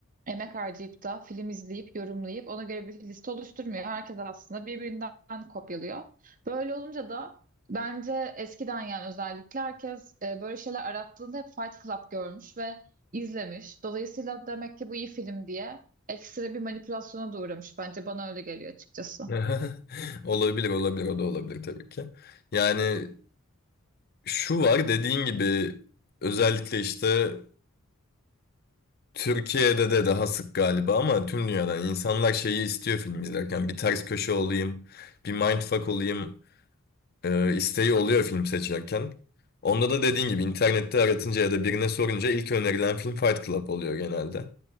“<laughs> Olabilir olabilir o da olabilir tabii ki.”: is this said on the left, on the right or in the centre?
Left